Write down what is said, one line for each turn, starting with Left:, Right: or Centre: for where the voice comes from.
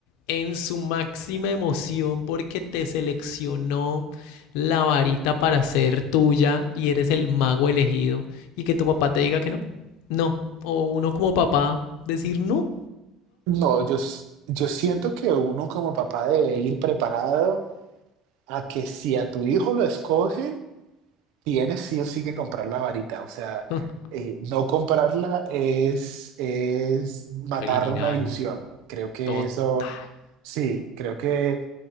Left: en su máxima emoción porque te seleccionó la varita para ser tuya y eres el mago elegido y que tu papá te diga que no. No. O uno como papá decir no.
Right: No, yo, s- yo siento que uno como papá debe ir preparado a que si a tu hijo lo escogen, tienes sí o sí que comprar la varita. O sea,
Left: <gasps>
Right: eh, no comprarla es, es matar
Left: Criminal.
Right: una ilusión. Creo que
Left: Total.
Right: eso, sí, creo que,